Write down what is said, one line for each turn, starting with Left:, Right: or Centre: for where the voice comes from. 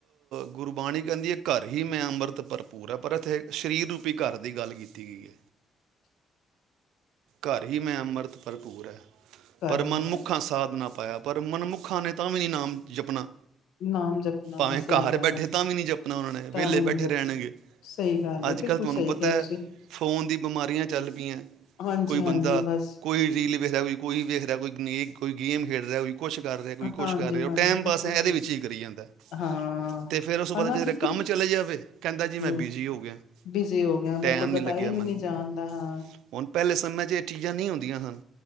Right: ਗੁਰਬਾਣੀ ਕਹਿੰਦੀ ਐ ਘਰ ਹੀ ਮੈਂ ਅੰਮ੍ਰਿਤ ਪਰ ਪੂਰਾ ਪਰ ਇੱਥੇ ਸਰੀਰ ਰੂਪੀ ਘਰ ਦੀ ਗੱਲ ਕੀਤੀ। ਜੀ ਘਰ ਹੀ ਮੈਂ ਅੰਮ੍ਰਿਤ ਭਰਪੂਰ ਐ।
Left: ਘਰ
Right: ਪਰ ਮਨਮੁੱਖਾਂ
Left: ਹੀ ਮੈਂ
Right: ਸਾਧ ਨਾ ਪਾਇਆ ਪਰ ਮਨਮੁੱਖਾਂ ਨੇ ਤਾਂ ਵੀ ਨੀ ਨਾਮ ਜਪਣਾ।
Left: ਨਾਮ ਜਪਣਾ
Right: ਭਾਵੇਂ
Left: ਸਹੀ
Right: ਘਰ
Left: ਗੱਲ
Right: ਬੈਠੇ
Left: ਹੈ
Right: ਤਾਂ ਵੀ ਨਹੀਂ ਜਪਣਾ ਉਹਨਾਂ ਨੇ
Left: ਤਾਂ
Right: ਵਿਹਲੇ
Left: ਵੀ ਨੀ
Right: ਬੈਠੇ
Left: ਜਪਣਾ
Right: ਰਹਿਣਗੇ
Left: ਸਹੀ ਗੱਲ
Right: ਅੱਜ
Left: ਹੈ ਬਿਲਕੁਲ
Right: ਕੱਲ੍ਹ ਤੁਆਨੂੰ
Left: ਸਹੀ
Right: ਪਤਾ
Left: ਕਿਹਾ
Right: ਐ
Left: ਤੁਸੀਂ
Right: ਫੋਨ ਦੀ ਬਿਮਾਰੀਆਂ ਚੱਲ ਪਈਆਂ।
Left: ਹਾਂਜੀ ਹਾਂਜੀ
Right: ਬੰਦਾ,
Left: ਬਸ
Right: ਕੋਈ ਰੀਲ ਵੇਖਦਾ, ਕੋਈ ਕੋਈ ਵੇਖਦਾ ਕੋਈ ਨ ਕੋਈ ਗੇਮ ਖੇਡ ਰ ਕੋਈ ਕੁਛ ਕਰਦੇ ਕੋਈ,
Left: ਹਾਂਜੀ-ਹਾਂਜੀ,
Right: ਕੁਛ ਕਰ ਰਹੇ ਹੋ, ਉਹ ਟਾਈਮ
Left: ਬਿਲਕੁਲ
Right: ਬਸ ਇਹਦੇ
Left: ਸਹੀ
Right: ਵਿੱਚ ਹੀ ਕਰੀ ਜਾਂਦਾ
Left: ਹਾਂ,
Right: ਤੇ ਫਿਰ ਉਸ ਤੋਂ
Left: ਹਾਲਾਂਕਿ
Right: ਬਾਅਦ ਕਿਸੇ ਦੇ ਕੰਮ ਚਲੇ ਜਾਵੇ, ਕਹਿੰਦਾ ਜੀ
Left: ਹੂੰ,
Right: ਮੈਂ ਬਿਜ਼ੀ ਹੋ ਗਿਆ
Left: ਬਿਜ਼ੀ ਹੋ ਗਿਆ ਮੇਰੇ
Right: ਟਾਈਮ
Left: ਕੋਲ ਤਾਂ
Right: ਨਹੀਂ ਲੱਗਿਆ
Left: ਹੀ
Right: ਮੈਨੂੰ
Left: ਨਹੀਂ ਜਾਣਦਾ ਹਾਂ,
Right: ਹੁਣ ਪਹਿਲੇ ਮੈਂ ਚ ਇਹ ਚੀਜ਼ਾਂ ਨਹੀਂ ਹੁੰਦੀਆਂ ਹਨ